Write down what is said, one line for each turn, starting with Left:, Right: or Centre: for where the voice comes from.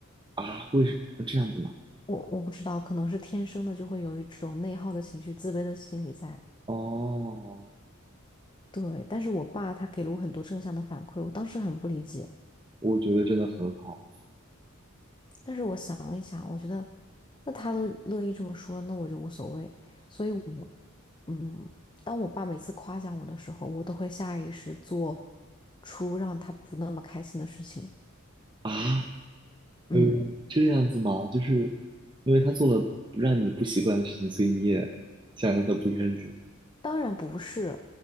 Right: 啊？为什么这样子吗？
Left: 我我不知道，可能是天生的就会有一种内耗的情绪、自卑的心理在。
Right: 哦，
Left: 对，但是我爸他给了我很多正向的反馈，我当时很不理解。
Right: 我觉得真的很好
Left: 但是我想了一想，我觉得那他都乐意这么说了，那我就无所谓。所以我，嗯，当我爸每次夸奖我的时候，我都会下意识做出让他不那么开心的事情。
Right: 啊。
Left: 嗯，
Right: 嗯，这样子吗？就是因为他做了不让你不习惯的事情，所以你也想让他不开心。
Left: 当然不是，